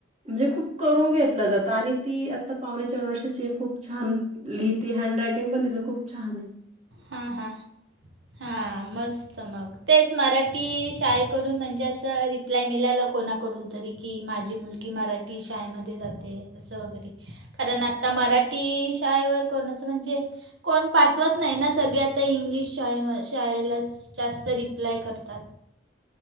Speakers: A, on the right; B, on the right.
A: म्हणजे खूप करून घेतल जातं आणि ती आत्ता पावणे चार वर्षाची आहे खूप छान. लिहिते हँडरायटिंग पण तिचं खूप छान आहे.
B: हां हां हां मस्त मग तेच मराठी शाळेकडून म्हणजे असं रिप्लाय मिळाला कोणाकडून तरी की माझी मुलगी मराठी शाळेमध्ये जाते असं वगैरे कारण आता मराठी शाळेवर कोणच म्हणजे कोण पाठवत नाही ना सगळे आता इंग्लिश शाळे म शाळेलाच जास्त रिप्लाय करतात.